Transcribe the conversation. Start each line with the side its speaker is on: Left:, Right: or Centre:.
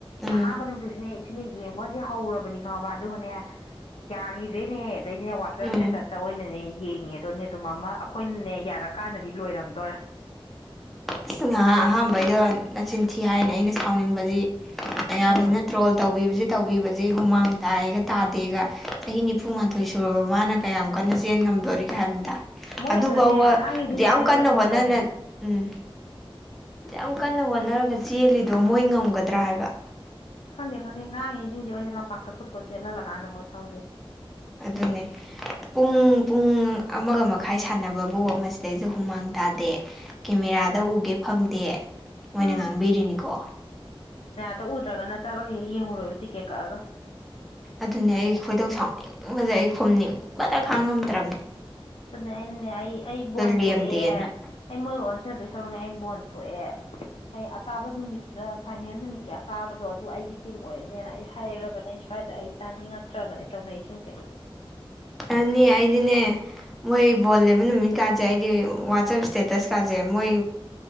Centre: ꯎꯝ
Left: ꯑꯍꯥꯟꯕ ꯅꯨꯃꯤꯠꯇꯨꯁꯨꯅꯦ ꯏꯁꯨꯅꯦ ꯌꯦꯡꯕꯁꯦ ꯍꯧꯔꯕꯅꯤ ꯈꯪꯉꯕ ꯑꯗꯨꯒꯅꯦ ꯌꯥꯈꯤꯗ꯭ꯔꯦꯅꯦ ꯑꯗꯩꯗꯤꯅꯦ ꯋꯥꯆꯦꯞ
Centre: ꯎꯝ
Left: ꯁꯦꯇꯁꯇ ꯑꯣꯏꯅꯅꯦ ꯌꯦꯡꯉꯦꯗꯅꯦ ꯑꯗꯨ ꯃꯃ ꯑꯩꯈꯣꯏꯅꯅꯦ ꯌꯥꯔꯀꯥꯟꯗꯗꯤ ꯂꯣꯏꯔꯝꯗꯣꯔꯦ
Centre: ꯑꯁ ꯉꯥꯏꯍꯥꯛ ꯑꯍꯥꯟꯕꯩꯗ ꯅꯆꯤꯟꯊꯤ ꯍꯥꯏꯅ ꯑꯩꯅ ꯁꯥꯎꯅꯤꯡꯕꯕꯁꯤ ꯃꯌꯥꯝꯁꯤꯅ
Left: ꯎꯝ
Centre: ꯇ꯭ꯔꯣꯜ ꯇꯧꯕꯤꯁ ꯇꯧꯕꯤꯕꯁꯦ ꯍꯨꯃꯥꯡ ꯇ ꯇꯗꯦ ꯆꯍꯤ ꯅꯤꯐꯨꯊꯣꯏ ꯁꯨꯔꯕ ꯃꯥꯅ ꯀ ꯀꯟꯅ ꯉꯝꯗꯣꯔꯤꯒꯦ ꯍꯥꯏꯕꯗ
Left: ꯃꯣꯏ
Centre: ꯑꯗꯨꯐꯥꯎꯕ
Left: ꯑꯝꯇꯅꯦ ꯉꯥꯡꯉꯤꯁꯤꯡꯗꯣ
Centre: ꯑꯗꯨ ꯌꯥꯝ
Left: ꯆꯦꯜꯍꯜꯂ
Centre: ꯀꯟꯅ
Left: ꯐꯒꯗꯧꯅꯦ
Centre: ꯍꯣꯠꯅꯅ ꯎꯝ ꯌꯥꯝ ꯀꯟꯅ ꯋꯥꯣꯠꯅꯔꯒ ꯆꯦꯜꯂꯤꯗꯣ ꯃꯣꯏ ꯉꯝꯒꯗ꯭ꯔꯥ ꯍꯥꯏꯕ
Left: ꯈꯪꯗꯦ ꯈꯪꯗꯦ ꯉꯥꯡꯉꯤꯁꯤꯡꯁꯤꯦ ꯑꯣꯏꯅ ꯂꯝꯄꯥꯛꯇ ꯄꯨꯊꯣꯛ ꯆꯦꯜꯍꯜꯂꯀꯥꯟꯗ ꯃꯣꯏ ꯈꯪꯗꯦ
Centre: ꯑꯗꯨꯅꯦ ꯄꯨꯡ ꯄꯨꯡ ꯑꯃꯒ ꯃꯈꯥꯏ ꯁꯥꯟꯅꯕꯕꯨ ꯃꯁꯤꯗꯩꯁꯨ ꯍꯨꯃꯥꯡ ꯇꯗꯦ ꯀꯦꯃꯦꯔꯥꯗ
Left: ꯎꯝ
Centre: ꯎꯒꯦ ꯐꯪꯗꯦ ꯃꯣꯏꯅ
Left: ꯎꯝ
Centre: ꯉꯥꯡꯕꯤꯔꯤꯅꯤꯀꯣ
Left: ꯇꯛꯎꯗ꯭ꯔꯒꯅ ꯆꯠꯂꯒ ꯍꯦꯛ ꯌꯦꯡꯉꯨꯔꯣꯏꯨ ꯇꯤꯛꯀꯦꯠ ꯀꯛꯑꯒ
Centre: ꯑꯗꯨꯅꯦ ꯑꯩ ꯈꯣꯏꯗꯧ ꯁꯥꯎꯅꯤꯡꯕꯁꯦ ꯑꯩ ꯈꯣꯝꯅꯤꯡꯕꯗ ꯈꯥꯡꯉꯝꯗ꯭ꯔꯕꯅꯦ
Left: ꯑꯗꯨꯅꯦ ꯑꯩꯅꯅꯦ ꯑꯩ ꯑꯩ ꯕꯣꯟ
Centre: ꯂꯦꯝꯗꯦꯅ
Left: ꯊꯣꯛꯑꯦ ꯑꯩ ꯃꯣꯏ ꯑꯣꯟꯁꯤ ꯑꯗꯨꯣꯏ ꯁꯔꯛꯅꯦ ꯑꯩ ꯕꯣꯜ ꯇꯣꯛꯑꯦ ꯑꯩ ꯑꯀꯥꯕ ꯅꯨꯃꯤꯠꯇ ꯐꯥꯏꯅꯦꯜ ꯅꯨꯃꯤꯠꯀꯤ ꯑꯀꯥꯕꯗꯣ ꯑꯗꯨ ꯑꯩꯒꯤ ꯇꯤꯝ ꯑꯣꯏꯔꯅꯦꯅ ꯑꯩ ꯍꯥꯏꯔꯔꯕꯅꯦ ꯗ ꯑꯩ ꯇꯥꯅꯤꯡꯉꯛꯇ꯭ꯔꯕꯅꯦ ꯇꯧꯅ ꯏꯁꯤꯡꯁꯦ
Centre: ꯑꯗꯨꯅꯤ ꯑꯩꯗꯤꯅꯦ ꯃꯣꯏ ꯕꯣꯜ ꯂꯩꯕ ꯅꯨꯃꯤꯠꯀꯥꯁꯦ ꯑꯩꯗꯤ ꯋꯥꯆꯞ ꯏꯁꯇꯦꯇꯁ ꯀꯥꯁꯦ ꯃꯣꯏ ꯃꯣꯏ